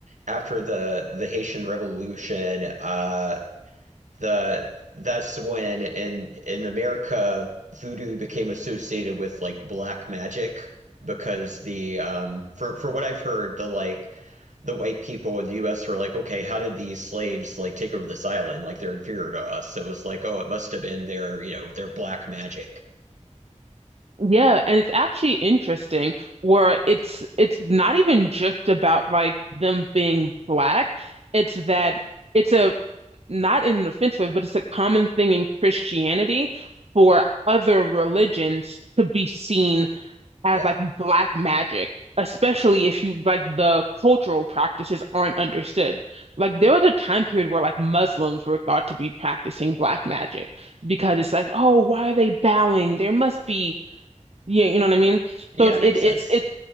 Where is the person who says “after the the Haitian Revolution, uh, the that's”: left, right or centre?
Right